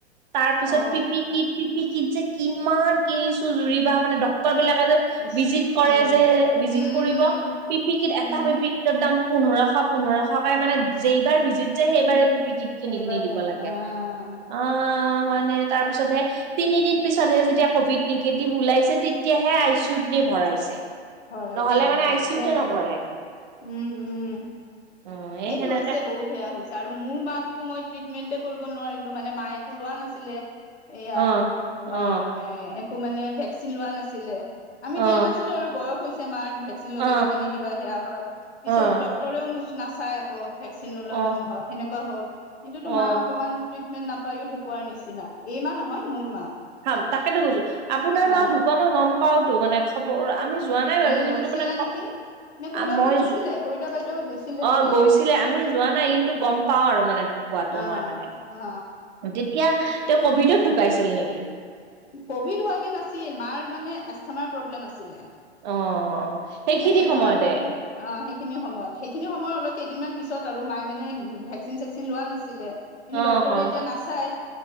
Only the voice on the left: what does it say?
অ
ইচ
আহ
উম
উম
উম
সেইবাৰে
আহ
ভৰাইছে,
হয়
দিয়া।
উম, উম।
এই
হৈছে বহুত সেয়া হৈছে, আৰু মোৰ মাক তো মই ট্ৰিটমেন্টে কৰিব নোৱাৰিলো, মানে মায়ে একো লোৱা নাছিলে। এয়া
তোমাৰ
মে একো মানে ভেকচিন লোৱা নাছিলে। আমি
দিয়া নাছিলো আৰু বয়স হৈছে মাৰ ভেকচিন ললে
কিজানি কিবা সেয়া হয়। পিছত
ডক্তৰেও নাচাই আকৌ ভেকচিন নোলোৱা
মানুহক, সেনেকুৱা হল। সেইতোটো
মা অকমান ট্ৰিট মেন নাপায়ও ঢুকোৱাৰ নিচিনা, এইৰ মা নহয় মোৰ মা।
অ
উম
গৈছিলা
নেকি নে কোনোবা
কোনোবা
গৈছিলে
কবিতা বাইদেউহত গৈছিলে নেকি
অ
অ
অ
কভিড হোৱাগে নাছিল, মাৰ মানে এষ্টমাৰ প্ৰব্লেম আছিলে।
এজমাৰ
প্ৰব্লেম অ সেইখিন সময়ত, সেইখিন সময় কেইদিনমান পিছত আৰু মাই মানে ভেকচিন-চেকচিন লোৱা নাছিলে, কিন্তু
ড্ক্তৰে
এতিয়া নাচাই